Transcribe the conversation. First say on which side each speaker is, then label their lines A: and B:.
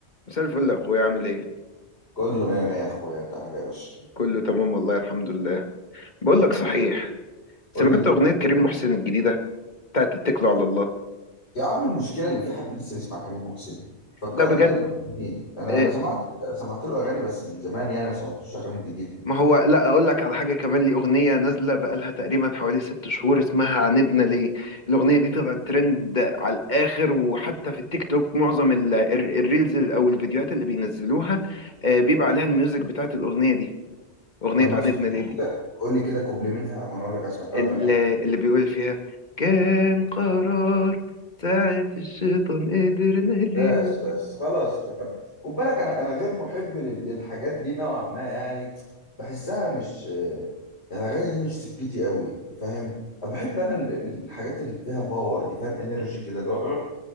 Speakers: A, on the left; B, on the left.
A: مساء الفل يا اخويا عامل ايه
B: كله مية مية يا اخويا انت عامل ايه يا باشا
A: كله تمام والله الحمد لله بقول لك صحيح سمعت
B: قول لي
A: اغنيه كريم محسن الجديده بتاعت اتكلوا على الله
B: يا عم المشكله اللي في حد لسه بيسمع كريم محسن فكرني
A: لا بجد
B: كده بالاغنيه انا
A: إيه،
B: انا سمعت سمعت له اغاني بس من زمان يعني ما سمعتوش اغاني جديده
A: ما هو لا اقول لك على حاجه كمان لي اغنيه نازله بقالها تقريبا حوالي ست شهور اسمها عاندنا ليه الاغنيه دي طلعت ترند على الاخر وحتى في التيك توك معظم ال- ال- الريلز او الفيديوهات اللي بينزلوها آه، بيبقى عليها الميوزك بتاعت الاغنيه دي اغنيه
B: طب ما
A: عاندنا
B: تفكر
A: ليه دي
B: كده قول لي كده كوبلي منها وانا اقول لك انا سمعتها
A: اللي,
B: ولا لا
A: اللي بيقول فيها كان قرار ساعة الشيطان قدرنا ليه
B: بس بس خلاص افتكرت خد بالك انا انا غير محب لل- للحاجات دي نوعا ما يعني بحسها مش يعني الاغاني دي مش سكتي قوي فاهم بحب انا ال- الحاجات اللي فيها باور دي فاهم انرجي كده اللي هو